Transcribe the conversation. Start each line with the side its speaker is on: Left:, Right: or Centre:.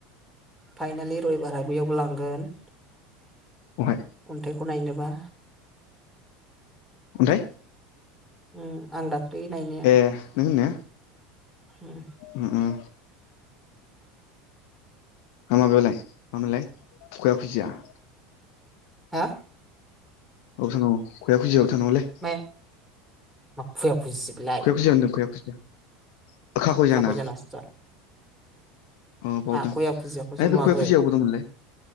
Centre: फाइनालि रबिबारा बैयावबो लांगोन।
Left: अबहाय?
Centre: अन्थाइखौ नायनोबा।
Left: अन्थाय।
Centre: उम आं दाख्लै नायनाया
Left: ए नों होननाया
Centre: उम।
Left: उम उम हा माबायावलाय मामोनलाय थुख्रा खुजिया। <inaudible>
Centre: हा?
Left: गावसानाव खुखिया खुजियाव थांनांगोमोनले।
Centre: मायो मा खुया खुजिसै बेलाय।
Left: खया खुजिया होन्दों खैया खुजिया। खाखयजाना
Centre: खाखय जानासोदा।
Left: अ बावदों
Centre: आहा खया खुजियाखौसो
Left: ओइ
Centre: नुवाखै।
Left: बे खया खुजियावबो दंमोनलै